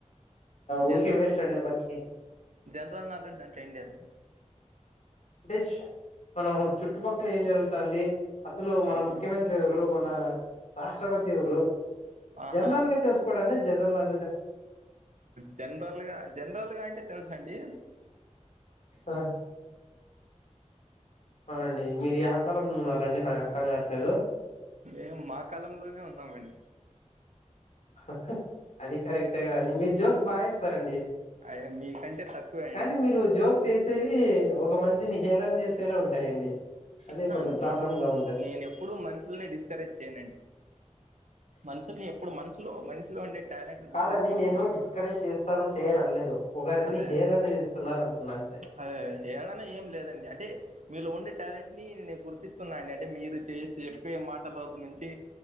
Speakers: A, on the left; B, on the right.
A: ఊరికిే
B: జనరల్
A: వేస్ట్ అండి బతికి
B: జనరల్ నాలెడ్జ్ అంటే ఏంటి అది
A: డిష్ <inaudible> మనం చుట్టుపక్కల ఏం జరుగుతంది అసలు మన
B: ఆహా
A: ముఖ్యమంత్రి ఎవరు మన రాష్ట్రపతి ఎవరు
B: ఆహా
A: జనరల్ గా తెలుకోడానే జనరల్ అ
B: జనరల్గా జనరల్గా అంటే తెలుసా అండి
A: హ ఆండీ మీరు యకాలంలో ఉన్నారు ఆండీ నాకు అర్ధం గావెట్లేదు
B: ఏమ్ మా కాలంలోనే ఉన్నామండి
A: ఆహ్హ్ అది కరెక్టేగాన్డి మీరు జోక్స్ బాగా జేస్తారండి
B: అయ మీకంటే తక్కువే
A: కానీ
B: అండి
A: మీరు జోక్చేసేవి ఒక మనిషిని హేళన జేసేలా ఉంటాయండి
B: ప్చ్
A: అదే
B: హ
A: కొంచెం ప్రాబ్లం
B: నేన్
A: గా ఉంటది
B: నేను ఎప్పుడూ మనుషుల్ని డిస్కరేజ్ చేయను అండి మనుషుల్ని ఎప్పుడు మనసులో మనుషులో ఉండే టాలెంట్ ని
A: కాదండి
B: గుర్తిస్తా
A: నేను
B: ఉంటాను
A: డిస్కరేజ్ జేస్తారు చేయరు అన్లేదు ఒకరిని
B: అదే
A: హేళన జేస్తున్నారు అంటున్నా అంతే
B: అదే అదే హేళన ఏం లేదండి అంటే మీలో ఓన్లీ టాలెంట్ ని నే గుర్తిస్తున్నా అండి అంటే మీరు చేసి చెప్పే మాటల నుంచి